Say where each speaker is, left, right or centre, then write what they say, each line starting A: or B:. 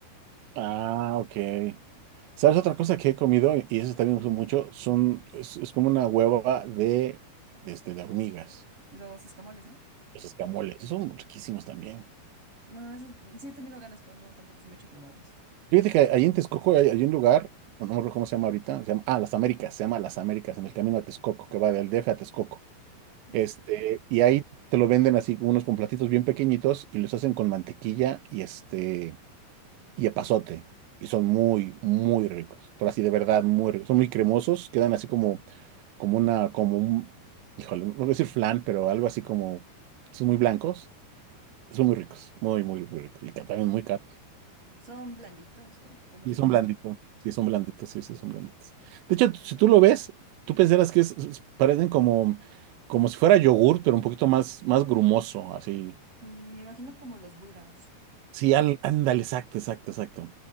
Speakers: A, on the right; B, on the right.
A: Ah, ok. ¿Sabes otra cosa que he comido? Y eso también me gusta mucho. Son, es, es como una hueva de, de, este, de hormigas.
B: Los escamoles, ¿no?
A: Los escamoles. Esos son riquísimos también.
B: No, eso sí he tenido ganas, pero no, tampoco se me ha hecho probarlos.
A: Fíjate que ahí en Texcoco hay, hay un lugar, no me acuerdo cómo se llama ahorita. Se llama, ah, Las Américas. Se llama Las Américas, en el camino a Texcoco, que va del D F a Texcoco.
B: Ujú.
A: Este, y ahí te lo venden así, unos con platitos bien pequeñitos y los hacen con mantequilla y este y epazote. Y son muy, muy ricos. Pero así de verdad, muy ricos. Son muy cremosos. Quedan así como, como una, como un, híjole, no voy a decir flan, pero algo así como, son muy blancos. y Son muy ricos. Muy, muy, muy ricos. Y ca- también
B: Mm.
A: muy caros.
B: ¿Son blanditos o cómo
A: Y
B: es su
A: son
B: textura?
A: blanditos. Sí, son blanditos. Sí, sí, son blanditos. De hecho, si tú lo ves, tú pensarás que es- es- parecen como, como si fuera yogur, pero un poquito más, más grumoso, así.
B: Mm, me imagino como los búlgaros.
A: Sí, al- ándale, exacto, exacto, exacto.